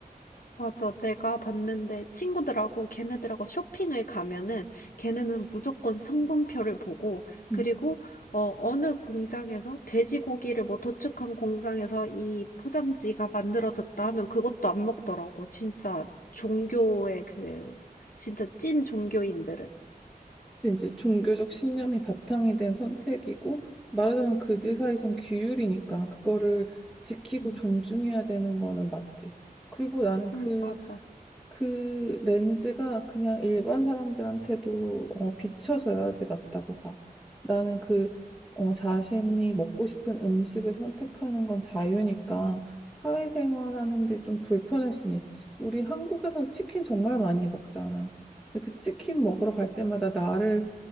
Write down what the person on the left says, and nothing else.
맞아. 내가 봤는데 친구들하고 걔네들하고 쇼핑을 가면은 걔네는 무조건 성분표를 보고
그리고 어, 어느 공장에서 돼지고기를 뭐 도축한 공장에서 이 포장지가 만들어졌다 하면 그것도 안 먹더라고. 진짜 종교의 그 진짜 찐 종교인들은.
음,
음,
음, 맞아.